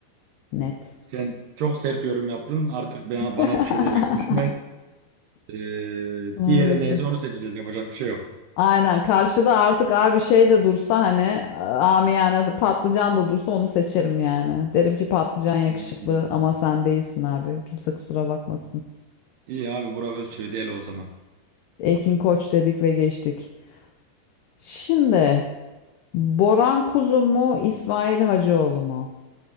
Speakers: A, on the left (about 85°); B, on the right (about 80°).
A: Net.
B: Sen çok sert yorum yaptın. Artık bana, bana
A: <laughs>
B: bir şey demek düşmez. Eee
A: Maalesef.
B: bir yere neyse onu seçeceğiz. Yapacak bir şey yok.
A: Aynen. Karşıda artık abi şey de dursa hani amiyane patlıcan da dursa onu seçerim yani. Derim ki patlıcan yakışıklı
B: Hmm.
A: ama sen değilsin abi. Kimse kusura bakmasın.
B: İyi abi Burak Özçivit el o zaman.
A: Ekin Koç dedik ve geçtik. Şimdi Boran Kuzu mu, İsmail Hacıoğlu mu?